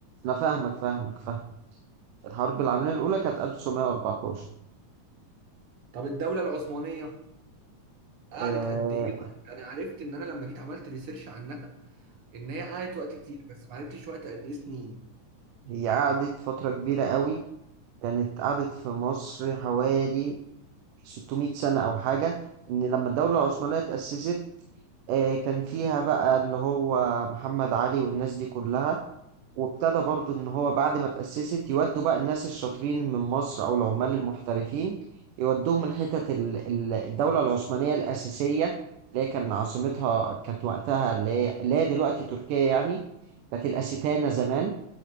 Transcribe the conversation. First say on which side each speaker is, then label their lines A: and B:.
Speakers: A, on the right (about 90°); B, on the right (about 50°).
A: انا فاهمك فاهمك فاهم الحرب العالميه الاولى كانت 1914
B: طب الدولة العثمانية قعدت
A: آه...
B: قد ايه وقت انا عرفت ان انا لما جيت عملت ريسيرش عنها ان هي قعدت وقت كتير بس ما عرفتش وقت قد ايه سنين
A: هي قعدت فتره كبيره قوي كانت قعدت في مصر حوالي 600 سنه او حاجه ان لما الدوله العثمانيه اتاسست آه كان فيها بقى اللي هو محمد علي والناس دي كلها وابتدى برضو ان هو بعد ما تأسست يودوا بقى الناس الشاطرين من مصر او العمال المحترفين يودوهم الحتت ال- ال- الدولة العثمانية الأساسية اللي هي كان عاصمتها كانت وقتها اللي هي اللي هي دلوقتي تركيا يعني كانت الأستانة زمان